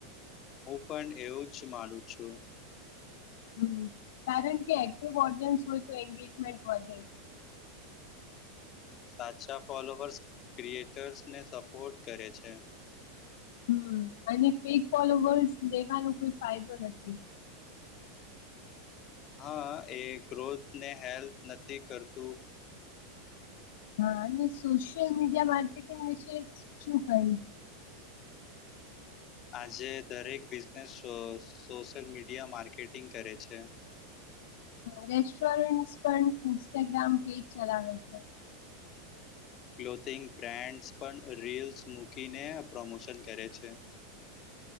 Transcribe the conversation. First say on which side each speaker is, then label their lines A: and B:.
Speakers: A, on the left; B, on the left.
A: હું પણ એવું જ માનું છું,
B: હમ્મ કારણ કે એક્ટિવ ઓડિયન્સ હોય તો એન્ંગેજમેન્ટ વધે
A: સાચા ફોલોઅર્સ ક્રિએટર્સને સપોર્ટ કરે છે,
B: હમ્મ અને ફેક ફોલોવર્સ લેવાનો કોઈ ફાયદો નથી,
A: હા, એ ગ્રોથ ને હેલ્પ નથી કરતું,
B: હા, અને સોશિયલ મીડિયા માર્કેટિંગ વિશે શું કહીશ.
A: આજે દરેક બિઝનેસ સોશિયલ મીડિયા માર્કેટિંગ કરે છે,
B: હ રેસ્ટોરન્ટ પણ ઇન્સ્ટાગ્રામ પેજ ચલાવે છે,
A: ક્લોથિંગ બ્રાન્ડ્સ પણ રીલ્સ મૂકીને પ્રમોશન કરે છે.